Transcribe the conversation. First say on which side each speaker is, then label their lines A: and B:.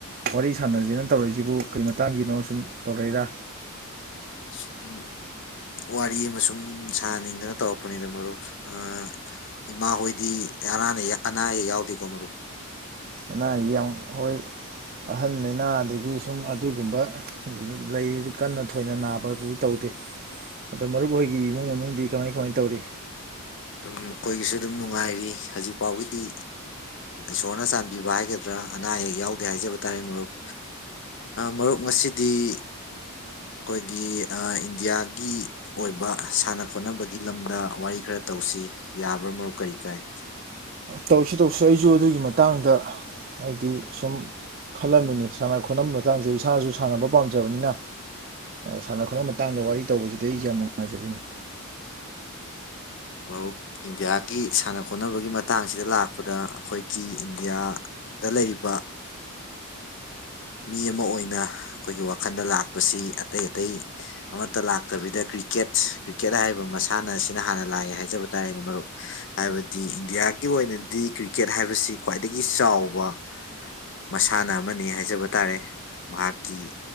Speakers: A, on the right (about 40°); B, on the left (about 60°).
A: ꯋꯥꯔꯤ ꯁꯥꯟꯅꯖꯦꯅ ꯇꯧꯔꯛꯏꯁꯤꯕꯨ ꯀꯔꯤ ꯃꯇꯥꯡꯒꯤꯅꯣ ꯁꯨꯝ ꯇꯧꯔꯛꯏꯔꯥ꯫
B: ꯁꯨꯝ ꯋꯥꯔꯤ ꯑꯃ ꯁꯨꯝ ꯁꯥꯅꯤꯡꯗꯅ ꯇꯧꯔꯛꯄꯅꯤꯗ ꯃꯔꯨꯞ ꯑ ꯏꯃꯥ ꯍꯣꯏꯗꯤ ꯑꯅꯥ ꯑꯅꯥ ꯑꯌꯦꯛ ꯌꯥꯎꯗꯦꯀꯣ ꯃꯔꯨꯞ꯫
A: ꯑꯅꯥ ꯑꯌꯦꯛ ꯌꯥꯝ ꯍꯣꯏ ꯑꯍꯟ ꯂꯩꯅꯥ ꯑꯗꯒꯤ ꯁꯨꯝ ꯑꯗꯨꯒꯨꯝꯕ ꯂꯩꯔꯤ ꯀꯟꯅ ꯊꯣꯏꯅ ꯅꯥꯕ ꯑꯗꯨꯁꯨ ꯇꯧꯗꯦ ꯑꯗꯣ ꯃꯔꯨꯞ ꯍꯣꯏꯒꯤ ꯏꯃꯨꯡ ꯃꯅꯨꯡꯗꯤ ꯀꯃꯥꯏ ꯀꯃꯥꯏ ꯇꯧꯔꯤ꯫
B: ꯑꯗꯨꯝ ꯃꯈꯣꯏꯒꯤꯁꯨ ꯑꯗꯨꯝ ꯅꯨꯡꯉꯥꯏꯔꯤ ꯍꯧꯖꯤꯛ ꯐꯥꯎꯒꯤꯗꯤ ꯏꯁꯣꯔꯅ ꯆꯥꯟꯕꯤꯕ ꯍꯥꯏꯒꯗ꯭ꯔꯥ ꯑꯅꯥ ꯑꯌꯦꯛ ꯌꯥꯎꯗꯦ ꯍꯥꯏꯖꯕ ꯇꯥꯔꯦ ꯃꯔꯨꯞ ꯃꯔꯨꯞ ꯉꯁꯤꯗꯤ ꯑꯩꯈꯣꯏꯒꯤ ꯑ ꯏꯟꯗꯤꯌꯥꯒꯤ ꯑꯣꯏꯕ ꯁꯥꯟꯅ ꯈꯣꯠꯅꯕꯒꯤ ꯂꯝꯗ ꯋꯥꯔꯤ ꯈꯔ ꯇꯧꯁꯤ ꯌꯥꯕ꯭ꯔꯥ ꯃꯔꯨꯞ ꯀꯔꯤ ꯀꯥꯏ꯫
A: ꯇꯧꯁꯤ ꯇꯧꯁꯨ ꯑꯩꯁꯨ ꯑꯗꯨꯒꯤ ꯃꯇꯥꯡꯗ ꯍꯥꯏꯗꯤ ꯁꯨꯝ ꯈꯜꯂꯝꯃꯤꯅꯤ ꯁꯥꯟꯅ ꯈꯣꯠꯅꯕ ꯃꯇꯥꯡꯁꯦ ꯑꯩ ꯏꯁꯥꯅꯁꯨ ꯁꯥꯟꯅꯕ ꯄꯥꯝꯖꯕꯅꯤꯅ ꯁꯥꯟꯅ ꯈꯣꯠꯅꯕ ꯃꯇꯥꯡꯗ ꯋꯥꯔꯤ ꯇꯧꯕꯁꯤꯗ ꯑꯩ ꯌꯥꯝ ꯅꯨꯡꯉꯥꯏꯖꯕꯤꯅꯤ꯫
B: ꯃꯔꯨꯞ ꯏꯟꯗꯤꯌꯥꯒꯤ ꯁꯥꯟꯅ ꯈꯣꯠꯅꯕꯒꯤ ꯃꯇꯥꯡꯁꯤꯗ ꯂꯥꯛꯄꯗ ꯑꯩꯈꯣꯏꯒꯤ ꯏꯟꯗꯤꯌꯥꯗ ꯂꯩꯔꯤꯕ ꯃꯤ ꯑꯃ ꯑꯣꯏꯅ ꯑꯩꯈꯣꯏꯒꯤ ꯋꯥꯈꯜꯗ ꯂꯥꯛꯄꯁꯤ ꯑꯇꯩ ꯑꯇꯩ ꯑꯃꯠꯇ ꯂꯥꯛꯇꯕꯤꯗ ꯀ꯭ꯔꯤꯛꯀꯦꯠ ꯀ꯭ꯔꯤꯛꯀꯦꯠ ꯍꯥꯏꯔꯤꯕ ꯃꯁꯥꯟꯅ ꯑꯁꯤꯅ ꯍꯥꯟꯅ ꯂꯥꯛꯑꯦ ꯍꯥꯏꯖꯕ ꯇꯥꯔꯦꯅꯦ ꯃꯔꯨꯞ ꯍꯥꯏꯕꯗꯤ ꯏꯟꯗꯤꯌꯥꯒꯤ ꯑꯣꯏꯅꯗꯤ ꯀ꯭ꯔꯤꯛꯀꯦꯠ ꯍꯥꯏꯕꯁꯤ ꯈ꯭ꯋꯥꯏꯗꯒꯤ ꯆꯥꯎꯕ ꯃꯁꯥꯟꯅ ꯑꯃꯅꯤ ꯍꯥꯏꯖꯕ ꯇꯥꯔꯦ ꯃꯍꯥꯛꯀꯤ